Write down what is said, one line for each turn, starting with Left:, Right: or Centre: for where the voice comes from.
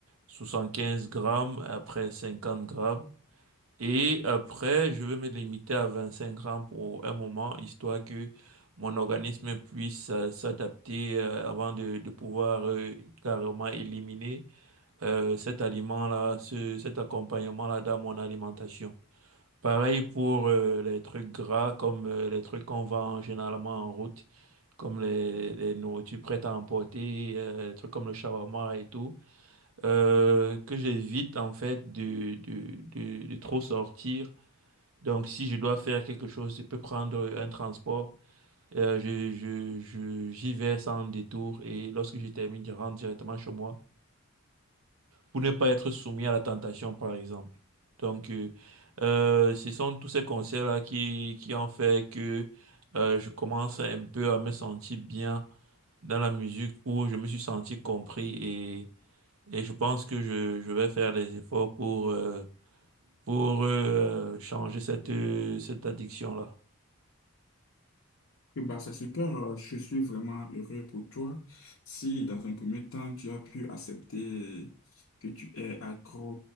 Right: 75 grammes, après 50 grammes. Et après, je vais me limiter à 25 grammes pour un moment, histoire que mon organisme puisse euh, s'adapter euh, avant de, de pouvoir euh, carrément éliminer euh, cet aliment-là, ce, cet accompagnement-là dans mon alimentation. Pareil pour euh, les trucs gras comme euh, les trucs qu'on vend généralement en route comme les, les nourritures prêtes à emporter, euh, des trucs comme le shawarma et tout, euh, que j'évite en fait de, de, de, de trop sortir. Donc si je dois faire quelque chose, je peux prendre un transport. Euh, je, je, je, j'y vais sans détour et lorsque je termine, je rentre directement chez moi pour ne pas être soumis à la tentation, par exemple. Donc, euh, euh, ce sont tous ces conseils-là qui, qui ont fait que euh, je commence un peu à me sentir bien dans la musique où je me suis senti compris et, et je pense que je, je vais faire les efforts pour, euh, pour euh, changer cette, euh, cette addiction-là.
Left: Eh ben, c'est super, euh, je suis vraiment heureux pour toi. Si dans un premier temps, tu as pu accepter que tu es accro